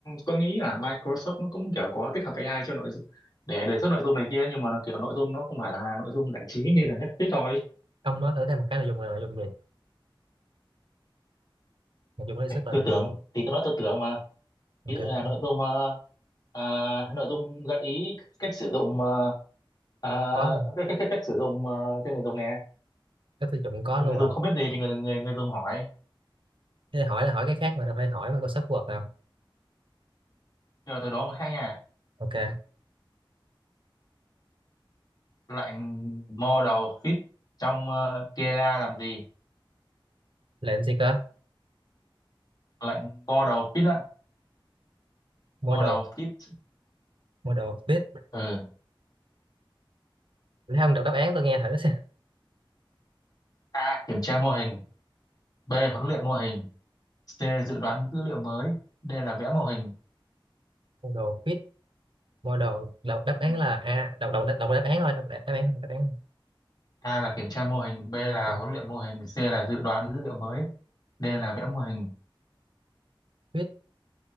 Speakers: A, on the left; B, on the right.
A: tôi nghĩ là Microsoft nó cũng kiểu có tích hợp AI cho nội dung để đề xuất nội dung này kia nhưng mà nó kiểu nội dung nó không phải là nội dung giải trí như là Netflix thôi
B: ông nói thử thêm một cái nội dung là nội dung gì nội dung lấy
A: Ê,
B: sức là
A: tôi
B: nội
A: tưởng
B: dung gì
A: thì tôi nói tôi tưởng mà
B: ok
A: ví dụ là
B: không
A: nội dung ờ, ờ, nội dung gợi ý cách sử dụng ờ, ờ,
B: có luôn
A: cách, cách, cách, cách sử dụng ờ, cho người dùng nè
B: cái tiêu chuẩn có
A: người
B: luôn
A: dùng
B: hả?
A: không biết gì thì người người người dùng hỏi
B: thế hỏi là hỏi cái khác mà đâu phải hỏi mà có sub word đâu
A: rồi từ đó mới khác nha
B: ok
A: lệnh model fit trong ờ, kia ra làm gì
B: lệnh gì cơ
A: lệnh model fit á
B: model
A: model fit
B: model fit
A: Ừ
B: thấy ông đọc đáp án tôi nghe thử xem
A: A. Kiểm tra mô hình. B. Huấn luyện mô hình. C. Dự đoán dữ liệu mới. D. Là vẽ mô hình.
B: model fit model đọc đáp án
A: Ừm,
B: là a đọc đọc đọc đáp án thôi đọc đáp án không đáp án
A: A là kiểm tra mô hình. B là
B: không.
A: huấn luyện mô hình. C là dự đoán dữ liệu mới. D là vẽ mô hình.
B: fit